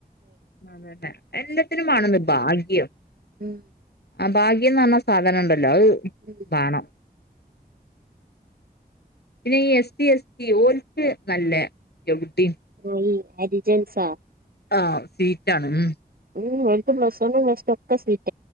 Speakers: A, on the left; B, on the right.
A: അതന്നെ എല്ലത്തിനും വാണമ്ന്ന് ഭാഗ്യം.
B: ഉം
A: ആ ഭാഗ്യന്ന് പറഞ്ഞ സാധനണ്ടല്ലോ അത്
B: ഉം
A: വാണം. പിന്നെ ഈ എസ് ടി എസ് ടി ഓൽക്ക് നല്ലേ <unintelligible>
B: ഓ ഈ അരിജൻസാ
A: ആഹാ സീറ്റാണ് ഉം.
B: ഉം, ഓൽക് പ്ലസ് വണും പ്ലസ് ടു ഒക്കെ <unintelligible>